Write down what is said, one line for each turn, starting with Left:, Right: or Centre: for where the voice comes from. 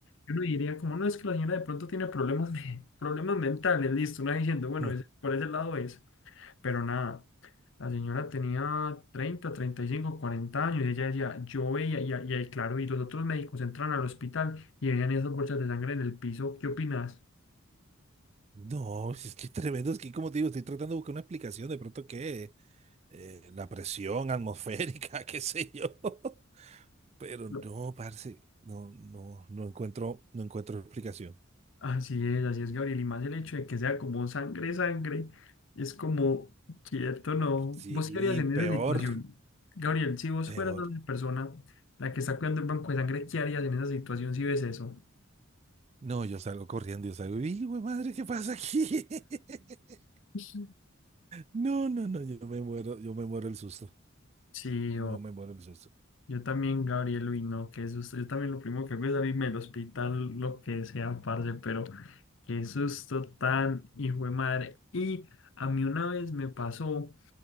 Left: yo no diría como, no, es que la señora de pronto tiene problemas, de, problemas mentales, listo, una diciendo, bueno,
Right: Mm,
Left: es- por ese lado es. Pero nada, la señora tenía treinta treinta y cinco cuarenta años y ella decía, yo veía, y, a- y ahí, claro, y los otros médicos entran al hospital y veían esas bolsas de sangre en el piso. ¿Qué opinas?
Right: No, es que es tremendo, es que como te digo, estoy tratando de buscar una explicación, de pronto que eh, la presión atmosférica, <laughs> qué sé yo, <laughs> pero no,
Left: No.
Right: parce, no, no, no encuentro, no encuentro explicación.
Left: Así es, así es, Gabriel. Y más el hecho de que sea como sangre, sangre, es como, quieto, ¿no?
Right: Sí,
Left: ¿Vos qué harías en esa
Right: peor,
Left: situación? Gabriel, si vos
Right: peor.
Left: fueras la persona la que está cuidando el banco de sangre, ¿qué harías en esa situación si ves eso?
Right: No, yo salgo corriendo, yo salgo, y güey, madre, ¿qué pasa aquí? <laughs>
Left: <laughs>
Right: No, no, no, yo me muero, yo me muero el susto,
Left: Sí,
Right: no me muero el susto.
Left: Yo también, Gabriel, uy, no, qué susto. Yo también lo primero que hago es abrirme el hospital, lo que sea, parce, pero qué susto tan hijo de madre. Y a mí una vez me pasó,